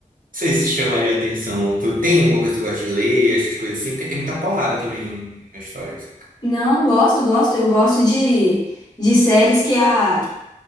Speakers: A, on the right (about 75°); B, on the left (about 30°).
A: Não sei se chamaria atenção. Tu tem alguma coisa que tu gosta de ler, essas coisas assim? Porque tem muita porrada também no- na história. saca?
B: Não, gosto, gosto. Eu gosto de, de séries que a